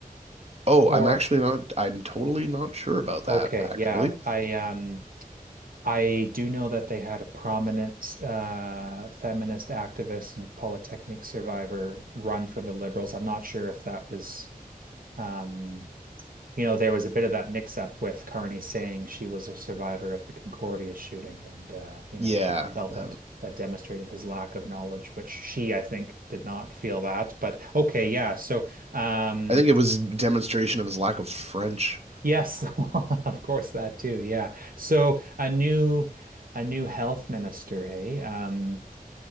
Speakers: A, on the right; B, on the right.
A: Oh,
B: Or
A: I'm actually not, I'm totally not sure about that,
B: okay,
A: actually.
B: yeah, I um I do know that they had a prominent uh, feminist activist and Polytechnique survivor run for the Liberals. I'm not sure if that was Um, you know, there was a bit of that mix up with Carney saying she was a survivor of the Concordia shooting, and uh, you
A: Yeah,
B: know, people felt
A: no.
B: that that demonstrated his lack of knowledge, which she, I think, did not feel that. But okay, yeah. So, um,
A: I think it was demonstration of his lack of French.
B: yes, <laughs> of course, that too. Yeah. So a new, a new health minister, hey. Um,